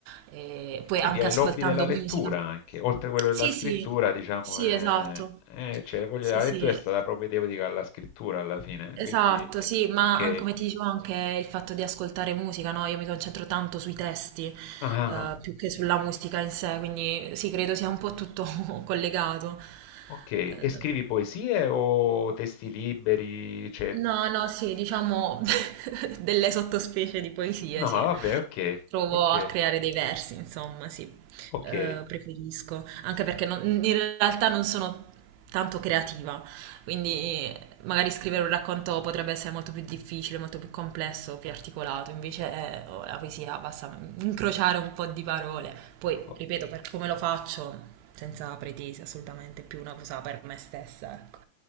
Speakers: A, on the right; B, on the left.
A: E poi
B: Quindi
A: anche
B: hai
A: ascoltando
B: l'hobby della lettura
A: musica.
B: anche, oltre a quello della
A: Sì,
B: scrittura,
A: sì.
B: diciamo,
A: Sì,
B: eh,
A: esatto.
B: eh, cioè, voglio
A: Sì,
B: dire, la
A: sì,
B: lettura è stata propedeutica alla scrittura alla fine,
A: esatto,
B: quindi eh,
A: sì, ma
B: ok.
A: an- come ti dicevo anche il fatto di ascoltare musica, no? Io mi concentro tanto sui testi,
B: Ah, ah,
A: eh,
B: ah,
A: più che sulla musica in sé, quindi sì, credo sia un po' tutto <laughs> collegato.
B: ok,
A: Eh,
B: e scrivi poesie o testi liberi? Cioè...
A: No, no, sì, diciamo <laughs> delle sottospecie di poesie,
B: No,
A: sì.
B: vabbè, ok,
A: Provo
B: ok,
A: a creare dei versi, insomma, sì.
B: ok.
A: Eh, preferisco, anche perché non- in realtà non sono tanto creativa, quindi magari scrivere un racconto potrebbe essere molto più difficile, molto più complesso, più articolato, invece eh, oh, la poesia basta incrociare un po' di parole. Poi,
B: O-
A: ripeto, per come lo faccio, senza pretese assolutamente, è più una cosa per me stessa, ecco.